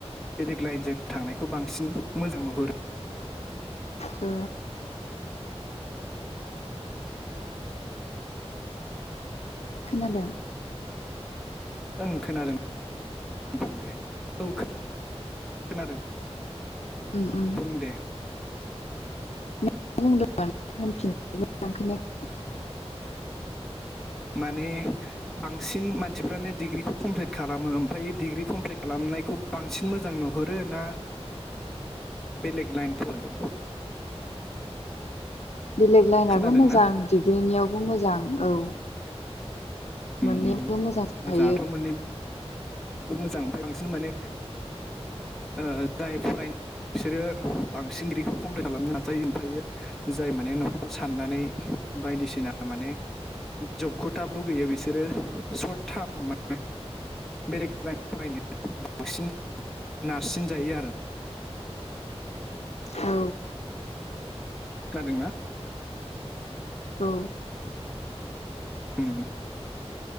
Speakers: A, in the centre; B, on the left.
A: बेलेग लाइनजों थांनायखौ बांसिन मोजां नुहरो
B: औ खोनादों
A: ओं खोनादों दे औ खोनादों
B: ओम ओम
A: बुं दे
B: नों बुंदोंमोन होनफिन <unintelligible>
A: माने बांसिन मानसिफ्रानो डिग्रिखौ कमप्लिट खालामो ओमफायो डिग्रि कमप्लिट खालाम नायखौ बांसिन मोजां नुहरो ना
B: <inaudible>
A: बेलेग लइन फराय
B: बेलेग लाइनाबो
A: खोनादोंना
B: मोजां डिग्रिनियावबो मोजां औ
A: उम
B: मोननैबो
A: उम
B: मोजां
A: मोजाङाथ'
B: हायो
A: मोननैबो मोजां ओमफ्राय बांसिन माने जाय फरायनाय बिसोरो बांसिन दिग्रिखौ कमप्लिट खालामनो नाजायो ओमफ्रायो जाय माने न'खरखौ साननानै बायदिसिना माने जबखौ थाब लुगैयो बिसोरो सशर्ट टार्म मे बेलेगला फरायनो बांसिन नारसिनजायो आरो
B: औ
A: जादोंना
B: औ
A: ओम